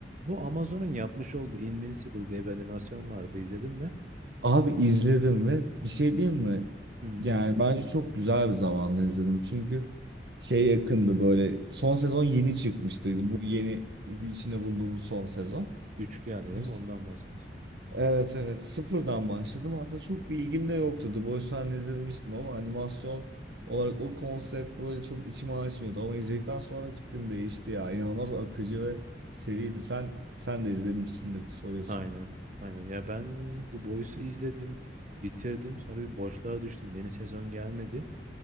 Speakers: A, on the right; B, on the right.
A: Bu Amazon'un yapmış olduğu Invincible diye bir animasyon vardı. İzledin mi?
B: Abi izledim ve bir şey diyeyim mi?
A: Hı.
B: Yani bence çok güzel bir zamanda izledim. Çünkü şey yakındı böyle son sezon yeni çıkmıştı. Bu yeni içinde bulunduğumuz son sezon.
A: Üç geldi değil
B: Bir-
A: mi? Ondan bahsediyorsun.
B: Evet evet sıfırdan başladım. Aslında çok bir ilgim de yoktu. The Boys'u hani izlemiştim ama animasyon olarak o konsept böyle çok içime açmıyordu. Ama izledikten sonra fikrim değişti ya. İnanılmaz akıcı ve seriydi. Sen sen de izlemişsindir soruyorsun.
A: Aynen. Aynen. Ya ben The Boys'u izledim. Bitirdim. Sonra bir boşluğa düştüm. Yeni sezon gelmedi.